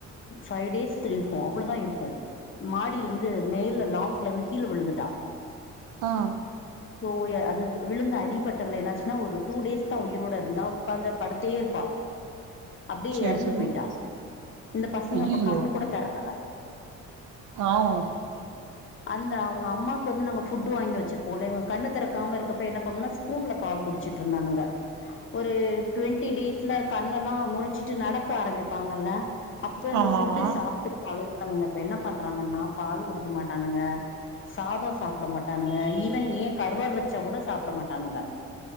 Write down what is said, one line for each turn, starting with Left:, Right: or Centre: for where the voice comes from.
Left: ஃபை டேஸ் இருக்கு அவ்வளோதா இருக்கு மாடிலிந்து மேல லாஃப்லந்து கீழ விழுந்துட்டா
Right: ஆ
Left: சோ ய அந்த விழுந்த அடிபட்டதுல என்னாச்சுன்னா ஒரு டூ டேஸ் தா உயிரோட இருந்தா உக்காந்த படு த்தேயிருப்பா அப்டியே
Right: சரி
Left: எறந்து
Right: சரி
Left: போயிட்டா இந்த பசங்க
Right: ஐய்யய்யோ
Left: அப்ப கண்ணு கூட தெறக்கல
Right: பாவோ
Left: அந்த அவுங்க அம்மாக்கு வந்து நாங்க ஃபுட்டு வாங்கி வெச்சிரும்போல இவங்க கண்ணு தெறக்காம இருக்கப்ப என்ன பண்ணுணா ஸ்பூன்ல பால் குடிச்சிட்டுருந்தானுங்க ஒரு ட்வெண் டி டேஸ்ல கண்ணெல்லா முழிச்சிட்டு நடக்க ஆரம்பிப்பாங்கல்ல அப்ப இந்த
Right: ஆமாமா
Left: ஃபுட்டு சாப் ட்டு பழகுனவங்க இப்ப என்ன பண்றாங்கன்னா பாலு குடிக்க மாட்டானுங்க சாதோ சாப்பிட மாட்டானுங்க ஈவன் ஏ கறுவாடு வெச்சா கூட சாப்பிட மாட்டானுங்க